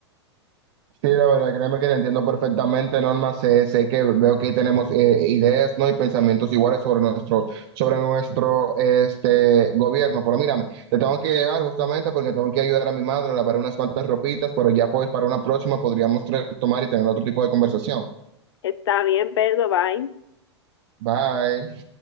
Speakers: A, on the right (about 50°); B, on the left (about 65°).
A: Sí, la verdad, créeme que te entiendo perfectamente, Norma. Sé, sé que veo que tenemos eh, ideas, ¿no? y pensamientos iguales sobre nuestro, sobre nuestro este, gobierno. Pero mírame, te tengo que dejar justamente porque tengo que ayudar a mi madre a lavar unas cuantas ropitas, pero ya pues para una próxima podríamos retomar y tener otro tipo de conversación.
B: Está bien, Pedro, bye.
A: Bye.